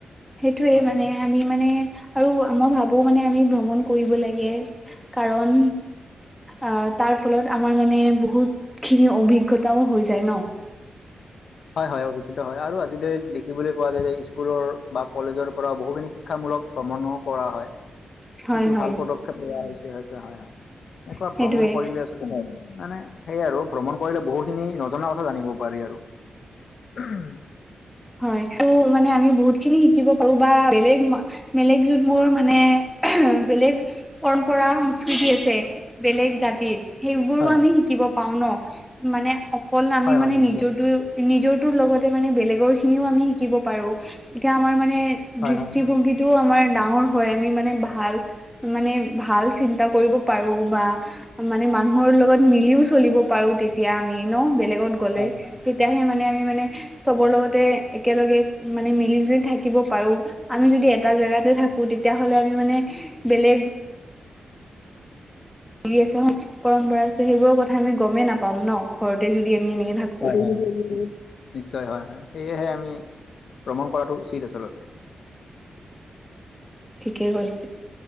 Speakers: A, in the centre; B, on the left.
A: সেইটোয়ে
B: হয়
A: মানে
B: হয়
A: আমি মানে আৰু মই ভাবোঁ মানে আমি ভ্ৰমণ কৰিব লাগে কাৰণ অ', তাৰ ফলত আমাৰ মানে বহুত খিনি অভিজ্ঞতাও হৈ যায় ন।
B: হয়, হয় অভিজ্ঞতা হয় আৰু আজিকালি দেখিবলৈ পোৱা যায় যে স্কুলৰ বা কলেজৰ পৰা বহুখিনি শিক্ষামূলক ভ্ৰমণো কৰা হয়।
A: হয়
B: সেইটো
A: হয়
B: ভাল পদক্ষেপ লোৱা হৈছে হৈছে হয় হয় এনেকুৱা
A: সেইটোয়ে
B: ভ্ৰমণ কৰিলে আ মানে সেই আৰু ভ্ৰমণ কৰিলে বহু খিনি নজনা কথা জানিব পাৰি আৰু। উম।
A: হয় ত' মানে আমি বহুত খিনি শিকিব পাৰো বা বেলেগ বেলেগ যুত মোৰ মানে বেলেগ পৰম্পৰা সংস্কৃতি আছে বেলেগ জাতিৰ সেইবোৰো
B: হয়
A: আমি শিকিব পাও ন মানে অকল আমি
B: হয় হয়
A: মানে
B: নিশ্চয়
A: নিজৰ নিজৰটো লগতে মানে বেলেগৰ খিনিও আমি শিকিব পাৰোঁ তেতিয়া আমাৰ মানে
B: হয়
A: দৃষ্টিভংগী
B: হয় হয়
A: সেটোও আমাৰ ডাঙৰ হয় আমি মানে ভাল মানে ভাল চিন্তা কৰিব পাৰো বা মানে মানুহৰ লগত মিলিও চলিব পাৰো তেতিয়া আমি ন বেলেগত গ'লে
B: হয় হয় হয়
A: তেতিয়াহে মানে আমি মানে চবৰ লগতে একেলগে মানে মিলি - জুলি থাকিব পাৰো। আমি যদি এটা জেগাতে থাকো তেতিয়াহলে আমি মানে বেলেগ আছে পৰম্পৰা আছে সেইবোৰৰ কথা আমি গমেই নাপাম ন ঘৰতে যদি আমি এনেকে থাকোঁ।
B: উম উ উ। নিশ্চয় হয় হয় সেয়েহে আমি ভ্ৰমণ কৰাটো উচিত আচলতে।
A: ঠিকেই কৈছে।